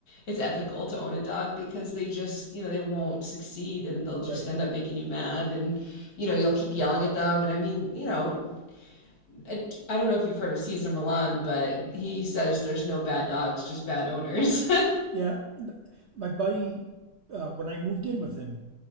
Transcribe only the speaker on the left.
it's ethical to own a dog because they just, you know, they won't succeed and they'll just
end up making you mad and, you know, you'll keep yelling at them. And I mean, you know, I, I don't know if you've heard of Caesar Milan, but he says there's no bad dogs, just bad owners.